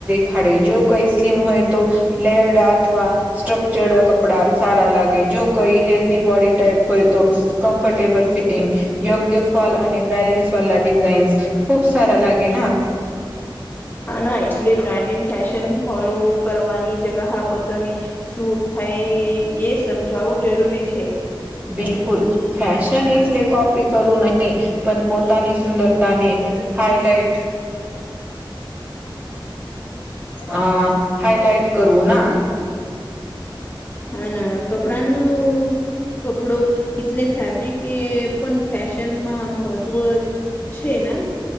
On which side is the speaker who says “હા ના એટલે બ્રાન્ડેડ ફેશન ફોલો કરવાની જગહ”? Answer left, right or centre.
Left